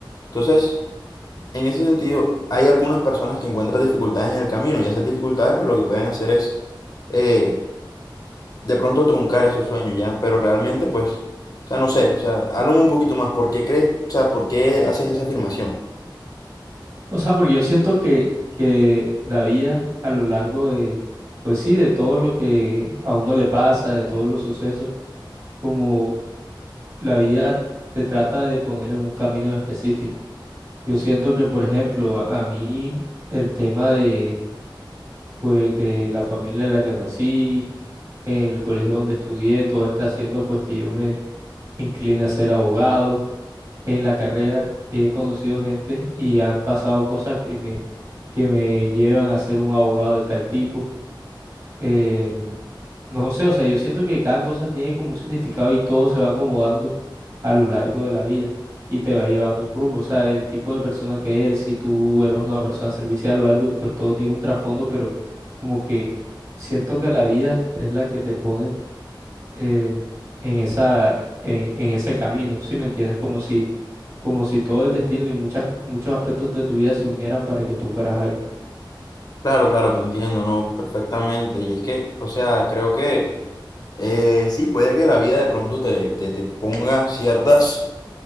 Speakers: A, on the left (about 50°); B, on the right (about 40°).
A: Entonces, en ese sentido, hay algunas personas que encuentran dificultades en el camino y esas dificultades pues lo que pueden hacer es eh, de pronto truncar esos sueños ya, pero realmente pues, o sea, no sé, o sea, háblame un poquito más, ¿por qué crees? O sea, ¿por qué haces esa afirmación?
B: O sea, porque yo siento que, que la vida a lo largo de, pues sí, de todo lo que a uno le pasa, de todos los sucesos, como la vida te trata de poner en un camino específico. Yo siento que, por ejemplo, a a mí el tema de pues de la familia en la que nací, el colegio donde estudié, todo está haciendo pues que yo me incline a ser abogado. En la carrera he conocido gente y han pasado cosas que me, que me llevan a ser un abogado de tal tipo. Eh, no sé, o sea, yo siento que cada cosa tiene como un significado y todo se va acomodando a lo largo de la vida y te va llevando un rumbo, o sea, el tipo de persona que eres, si tú eres una persona servicial o algo, pues todo tiene un trasfondo, pero como que siento que la vida es la que te pone eh, en esa, en, en ese camino, si me entiendes? Como si, como si todo el destino y muchas, muchos aspectos de tu vida se unieran para que tú fueras algo.
A: Claro, claro, te entiendo, ¿no? Perfectamente. Y es que, o sea, creo que eh, sí, puede que la vida de pronto te, te, te ponga ciertas,